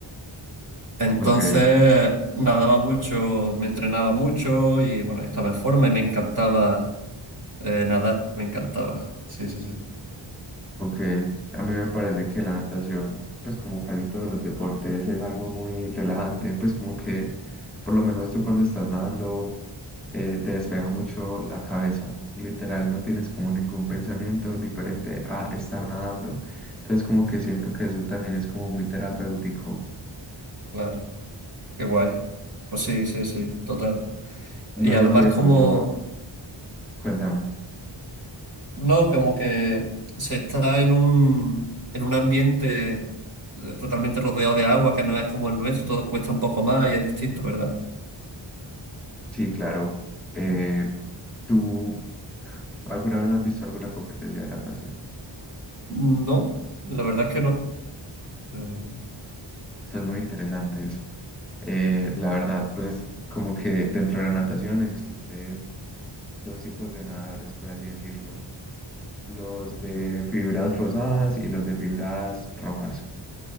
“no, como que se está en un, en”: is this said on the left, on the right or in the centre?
Right